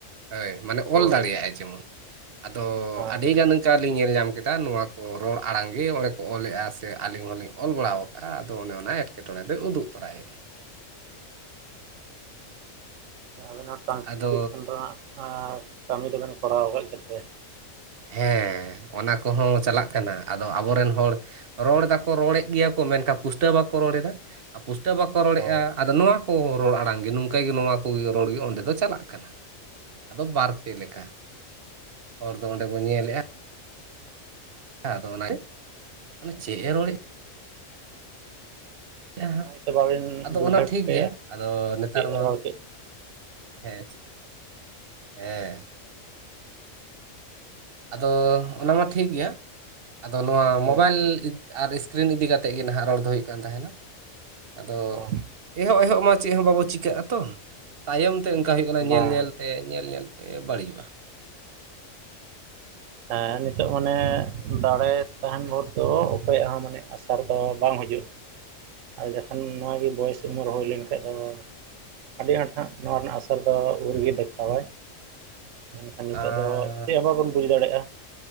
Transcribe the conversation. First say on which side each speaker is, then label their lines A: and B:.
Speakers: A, on the right; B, on the right.
A: ᱦᱟᱹᱭ ᱢᱟᱱᱮ
B: ᱦᱳᱭ
A: ᱚᱞ ᱫᱟᱲᱮᱭᱟᱜᱼᱟᱭ ᱡᱮᱢᱚᱱ᱾ ᱟᱫᱚ
B: ᱦᱮᱸ
A: ᱟᱹᱰᱤ ᱜᱟᱱ ᱠᱟ ᱞᱤᱧ ᱧᱮᱞ ᱧᱟᱢ ᱠᱮᱫᱟ ᱱᱚᱣᱟ ᱠᱚ ᱨᱚᱲ ᱟᱲᱟᱝ ᱜᱮ ᱚᱸᱰᱮ ᱠᱚ ᱚᱞᱮᱜᱼᱟ ᱥᱮ ᱟᱹᱞᱤᱧ ᱦᱚᱸᱞᱤᱧ ᱚᱞ ᱵᱟᱲᱟᱣ ᱟᱫᱚ ᱚᱱᱮ ᱚᱱᱟ ᱮᱴᱠᱮᱴᱚᱬᱮ ᱫᱚᱭ ᱩᱫᱩᱜ ᱛᱚᱨᱟᱭᱮᱜᱼᱟ᱾
B: ᱟᱵᱮᱱ ᱦᱚ ᱴᱟᱱᱥᱠᱨᱤᱯᱥᱚᱱ
A: ᱟᱫᱚ
B: ᱨᱮᱱᱟᱜ ᱟ ᱠᱟᱹᱢᱤ ᱫᱚᱵᱮᱱ ᱠᱚᱨᱟᱣ ᱠᱟᱜ ᱜᱮ ᱛᱚᱵᱮ᱾
A: ᱦᱮᱸ, ᱚᱱᱟ ᱠᱚᱦᱚᱸ ᱪᱟᱞᱟᱜ ᱠᱟᱱᱟ ᱟᱫᱚ ᱟᱵᱚᱨᱮᱱ ᱦᱚᱲ ᱨᱚᱲ ᱫᱟᱠᱚ ᱨᱚᱲᱮᱫ ᱜᱮᱭᱟ ᱠᱚ ᱢᱮᱱᱠᱷᱟᱱ ᱯᱩᱥᱴᱟᱹᱣ ᱵᱟᱠᱚ ᱨᱚᱲ ᱮᱫᱟ ᱟᱨ ᱯᱩᱥᱴᱟᱹᱣ ᱵᱟᱠᱚ ᱨᱚᱲᱮᱫᱼᱟ
B: ᱛᱚᱵᱮ ᱦᱳᱭ
A: ᱟᱫᱚ ᱱᱚᱣᱟ ᱠᱚ ᱨᱚᱲ ᱟᱲᱟᱝ ᱜᱮ ᱱᱚᱝᱠᱟ ᱜᱮ ᱱᱚᱣᱟ ᱠᱚᱜᱮ ᱨᱚᱲ ᱜᱮ ᱚᱸᱰᱮ ᱫᱚ ᱪᱟᱞᱟᱜ ᱠᱟᱱᱟ, ᱟᱫᱚ ᱵᱟᱨ ᱯᱮ ᱞᱮᱠᱟ ᱟᱫᱚ ᱚᱸᱰᱮ ᱠᱚ ᱧᱮᱞᱮᱜᱼᱟ᱾ ᱦᱮᱸ ᱟᱫᱚ ᱚᱱᱟ ᱪᱮᱫ ᱮ ᱨᱚᱲᱮᱜ
B: ᱦᱮᱸ
A: ᱮᱭᱟ ᱦᱟᱸᱜ
B: ᱚᱱᱟ ᱜᱮᱛᱚ ᱵᱟᱵᱮᱱ
A: ᱟᱫᱚ
B: ᱵᱩᱡᱷᱟᱹᱣ
A: ᱚᱱᱟ ᱴᱷᱤᱠ
B: ᱴᱷᱤᱠᱟᱹᱭᱟ
A: ᱜᱮᱭᱟ ᱟᱫᱚ ᱱᱮᱛᱟᱨ
B: ᱪᱮᱫ
A: ᱢᱟ
B: ᱨᱚᱲ ᱠᱮᱫ
A: ᱦᱮᱸ, ᱪᱮ ᱮ ᱟᱫᱚ ᱚᱱᱟ ᱢᱟ ᱴᱷᱤᱠ ᱜᱮᱭᱟ ᱟᱫᱚ ᱱᱚᱣᱟ
B: ᱦᱳᱭ
A: ᱢᱳᱵᱟᱭᱤᱞ ᱟᱨ ᱤᱥᱠᱨᱤᱱ ᱤᱫᱤ ᱠᱟᱛᱮᱜ ᱜᱮ ᱱᱟᱦᱟᱜ ᱨᱚᱲ ᱫᱚ ᱦᱩᱭᱩᱜ ᱠᱟᱱ ᱛᱟᱦᱮᱱᱟ, ᱟᱫᱚ
B: ᱦᱮᱸ
A: ᱮᱦᱚᱜ ᱮᱦᱚᱜ ᱢᱟ ᱪᱮᱜ ᱦᱚᱸ ᱵᱟᱵᱚ ᱪᱤᱠᱟᱹᱜᱼᱟ ᱛᱚ ᱛᱟᱭᱚᱢ ᱛᱮ ᱚᱱᱠᱟ ᱦᱩᱭᱩᱜ ᱠᱟᱱᱟ
B: ᱵᱟᱝ
A: ᱧᱮᱞ ᱧᱮᱞ ᱛᱮ ᱧᱮᱞ ᱧᱮᱞ ᱛᱮ ᱵᱟᱹᱲᱤᱡᱚᱜᱼᱟ᱾
B: ᱦᱮᱸ ᱱᱤᱛᱚᱜ ᱢᱟᱱᱮ ᱫᱟᱲᱮ ᱛᱟᱦᱮᱱ ᱵᱷᱳᱨ ᱫᱚ ᱚᱠᱚᱭᱟᱜ ᱦᱚᱸ ᱢᱟᱱᱮ ᱟᱥ ᱛᱟᱨ ᱫᱚ ᱵᱟᱝ ᱦᱤᱡᱩᱜ ᱟᱨ ᱡᱚᱠᱷᱚᱱ ᱱᱚᱣᱟ ᱜᱮ ᱵᱚᱭᱮᱥ ᱩᱢᱮᱨ ᱦᱩᱭ ᱞᱮᱱᱠᱷᱟᱡ ᱫᱚ ᱟᱹᱰᱤ ᱟᱸᱴ ᱦᱟᱸᱜ ᱱᱚᱣᱟ ᱨᱮᱱᱟᱜ ᱟᱥᱚᱨ ᱫᱚ ᱩᱱ ᱨᱮᱜᱮ ᱫᱮᱠᱷᱟᱣᱟᱭ᱾ ᱢᱮᱱᱠᱷᱟᱱ ᱱᱤᱛᱳᱜ
A: ᱟᱨ
B: ᱫᱚ ᱪᱮᱜ ᱦᱚᱸ ᱵᱟᱵᱚᱱ ᱵᱩᱡ ᱫᱟᱲᱮᱜᱼᱟ᱾